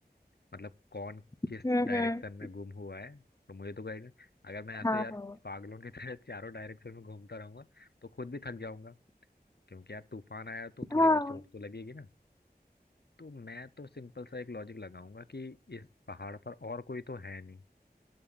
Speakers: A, on the left; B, on the left.
A: मतलब कौन
B: हम्म
A: किस डायरेक्शन
B: हम्म
A: में गुम हुआ है तो मुझे तो गाइड अगर मैं ऐसे
B: हाँ
A: यार
B: हाँ
A: पागलों की तरह <laughs> चारों डायरेक्शन में घूमता रहूंगा तो खुद भी थक जाऊंगा क्योंकि यार तूफान आया तो
B: हाँ
A: थोड़ी बहुत चोट तो लगेगी ना तो मैं तो सिंपल सा एक लॉजिक लगाऊंगा कि इस पहाड़ पर और कोई तो है नहीं